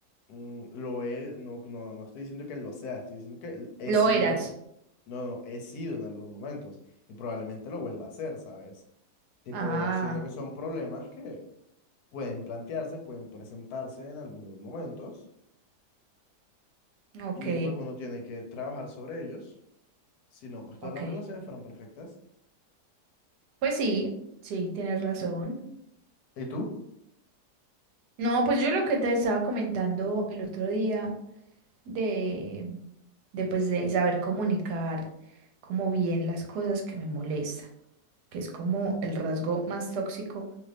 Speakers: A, on the left; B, on the right.
A: Mm, lo he, no, no, no estoy diciendo que lo sea, estoy diciendo que l- he
B: Lo
A: sido,
B: eras.
A: no, no, he sido en algunos momentos y probablemente lo vuelva a hacer, ¿sabes? Tipo,
B: Ah,
A: siento que son problemas que pueden plantearse, pueden presentarse en algunos momentos
B: ok,
A: y pues uno tiene que trabajar sobre ellos, si no, pues todas
B: ok.
A: las relaciones fueran perfectas.
B: Pues sí, sí, tienes razón.
A: ¿Y tú?
B: No, pues yo lo que te estaba comentando el otro día de, de pues de saber comunicar como bien las cosas que me molestan, que es como el rasgo más tóxico